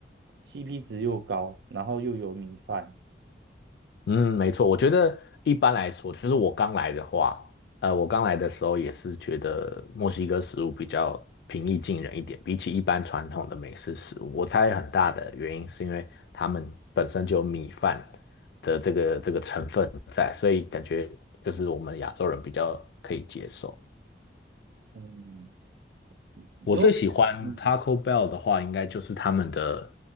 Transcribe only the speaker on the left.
嗯，没错。我觉得一般来说，其实我刚来的话，呃，我刚来的时候也是觉得墨西哥食物比较平易近人一点，比起一般传统的美式食物，我猜很大的原因是因为他们本身就有米饭的这个这个成分在，所以感觉就是我们亚洲人比较可以接受。
我最喜欢 Taco Bell 的话，应该就是他们的